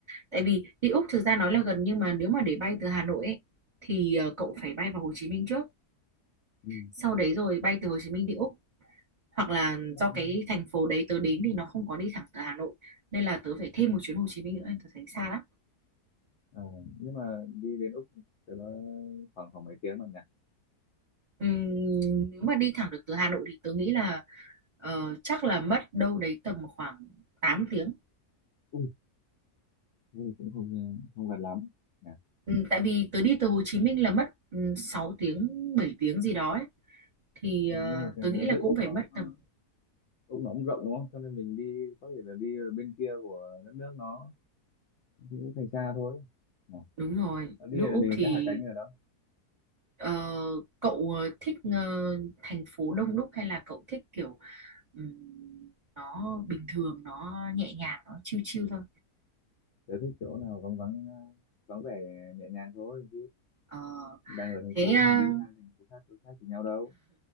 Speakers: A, on the right; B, on the left.
A: Tại vì đi Úc thực ra nói là gần nhưng mà nếu mà để bay từ Hà Nội ấy, thì ờ, cậu phải bay vào Hồ Chí Minh trước
B: ừ.
A: sau đấy rồi bay từ Hồ Chí Minh đi Úc hoặc là
B: Bắc-
A: do cái thành phố đấy tớ đến thì nó không có đi thẳng từ Hà Nội nên là tớ phải thêm một chuyến Hồ Chí Minh nữa tớ thấy xa lắm
B: ờ, nhưng mà đi đến Úc thì nó khoảng khoảng mấy tiếng mà nhỉ
A: Ừm, nếu mà đi thẳng được từ Hà Nội thì tớ nghĩ là ờ, chắc là mất đâu đấy tầm khoảng tám tiếng
B: Ui, thế thì cũng không không gần lắm nhỉ
A: Ừm, tại vì tớ đi từ Hồ Chí Minh là mất um, 6 tiếng 7 tiếng gì đó ấy. thì
B: nhưng
A: ờ,
B: mà thật
A: tớ
B: ra
A: nghĩ là
B: nước
A: cũng
B: Úc
A: phải
B: nó
A: mất
B: cũng, ờ,
A: tầm
B: Úc nó cũng rộng đúng không cho nên mình đi có thể là đi ở bên kia của đất nước nó cũng thành xa thôi nhỉ?
A: đúng rồi nước
B: đi là
A: Úc
B: mình
A: thì
B: sẽ hạ cánh ở đó
A: Ờ, cậu ờ, thích ờ, thành phố đông đúc hay là cậu thích kiểu ừm, nó bình thường nó nhẹ nhàng nó chill chill thôi
B: Tớ thích chỗ nào vắng vắng ờ, vắng vẻ nhẹ nhàng thôi
A: Ờ,
B: đang ở thành
A: thế
B: phố
A: à,
B: thì đi sang thành phố khác đối khác thì nhau đâu